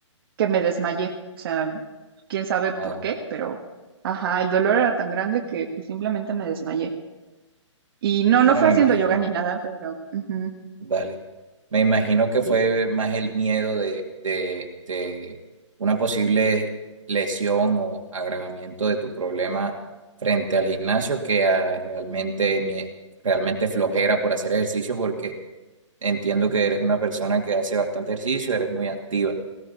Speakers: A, on the right (about 45°); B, on the right (about 85°).
A: que me desmayé. O sea, quién sabe
B: Wow.
A: por qué, pero ajá, el dolor era tan grande que pues simplemente me desmayé. Y no,
B: Bueno,
A: no fue
B: me
A: haciendo
B: imagino.
A: yoga ni nada, pero ujú,
B: Vale. Me imagino que
A: y
B: fue más el miedo de, de, de una posible lesión o agravamiento de tu problema frente al gimnasio que a realmente, mie- realmente flojera por hacer ejercicio, porque entiendo que eres una persona que hace bastante ejercicio, eres muy activa.